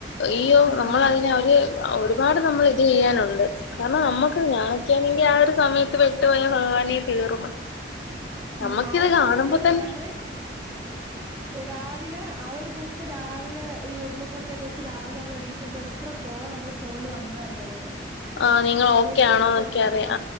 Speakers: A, on the left (about 75°); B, on the right (about 15°).
A: ഈയോ
B: ആഹ്
A: നമ്മളതിനെ അവര് ഒരുപാട് നമ്മൾ ഇത് ചെയ്യാനുണ്ട്. കാരണം നമ്മുക്ക് ഞാനെക്കാണെങ്കി ആ ഒരു സമയത്ത് പെട്ടു പോയാ ഭഗവാനെ തീർന്ന് നമ്മുക്കിത്
B: ഉം ആ ഒരു
A: കാണുമ്പോ
B: ദിവസം ഉണ്ടല്ലോ
A: തനെ
B: ഞങ്ങള് രാവിലെ ആ ഒരു ദിവസം രാവിലെ ഈ ഉരുൾ പൊട്ടിയ ദിവസ രാവിലെ നമ്മൾ എണിക്കുമ്പോ എത്ര കോള നമ്മള് ഫോണിൽ വന്ന അറിയോ
A: ആ നിങ്ങൾ
B: നിങ്ങള്
A: ഓക്കെ
B: സേഫ്
A: ആണോന്നൊക്കെ
B: അല്ലേ
A: അറിയാം
B: ആ